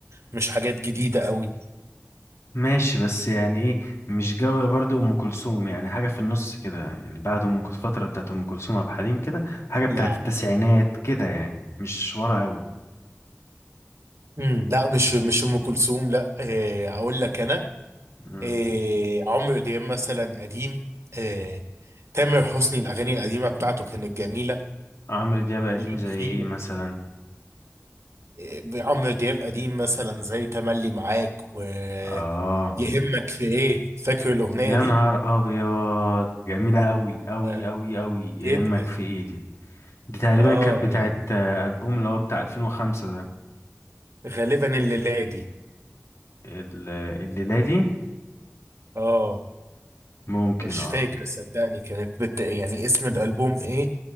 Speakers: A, on the right (about 70°); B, on the left (about 70°).
A: مش حاجات جديده قوي
B: ماشي بس يعني ايه مش جو برضو ام كلثوم يعني حاجه في النص كده يعني بعد ام كلثوم الفتره بتاعت ام كلثوم عبد الحليم كده حاجه بتاعت
A: لا
B: التسعينات كده يعني مش ورا قوي
A: امم لا مش مش ام كلثوم لا آه، اقول لك انا
B: مم.
A: إيه عمرو دياب مثلا قديم إيه تامر حسني الأغاني القديمة بتاعته كانت جميلة
B: عمرو دياب قديم
A: ليك
B: زي
A: فيه
B: ايه مثلا
A: إيه عمرو دياب قديم مثلا زي تملي معاك ويهمك
B: اه
A: في إيه فاكر الأغنية
B: يا
A: دي؟
B: نهار ابيض جميله قوي قوي
A: آه.
B: قوي قوي
A: جدا
B: يهمك في ايه دي دي تقريبا
A: آه
B: كانت بتاعت
A: يعني
B: آه، البوم اللي هو بتاع 2005 ده
A: غالبا الليلة دي
B: ال- الليله دي
A: آه
B: ممكن
A: مش
B: اه
A: فاكر صدقني كانت بت... يعني اسم الألبوم إيه